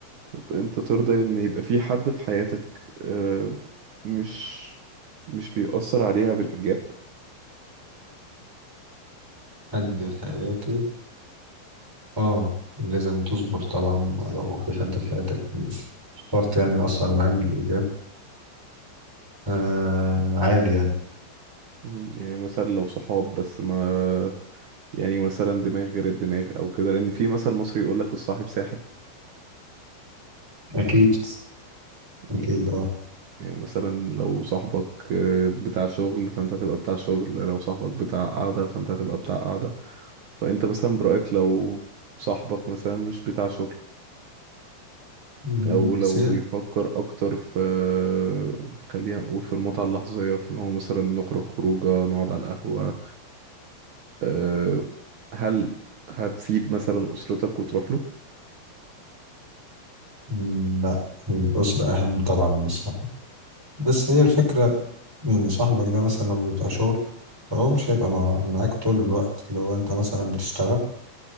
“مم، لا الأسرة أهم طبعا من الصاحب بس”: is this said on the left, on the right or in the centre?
Centre